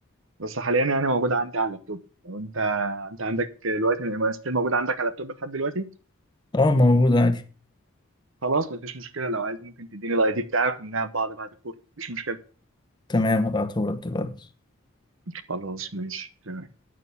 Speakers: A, on the right; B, on the left.
A: بس حاليا يعني موجوده عندي على اللابتوب لو انت انت عندك دلوقتي ستيل موجوده عندك على اللابتوب لحد دلوقتي
B: اه موجود عادي
A: خلاص مفيش مشكله لو عايز ممكن تديني الاي دي بتاعك ونلعب بعض بعد الكورة مفيش مشكله
B: تمام هبعتهولك دلوقتي
A: خلاص ماشي تمام